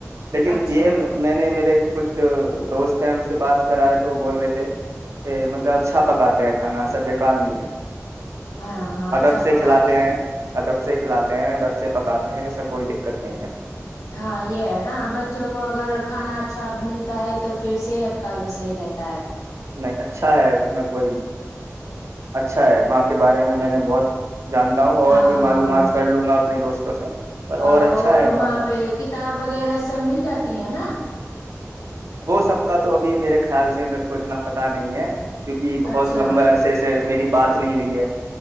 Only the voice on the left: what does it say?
اچھا
ہاں ہاں اچھا
پکاتے
ہاں یہ ہے نا بچوں کو اگر کھانا اچھا ملتا ہے تو پھر صحت کا بھی صحیح رہتا ہے
ہاں
ہاں
اور
وہاں
پہ کتاب وغیرہ سب مل جاتی ہیں نا
اچھا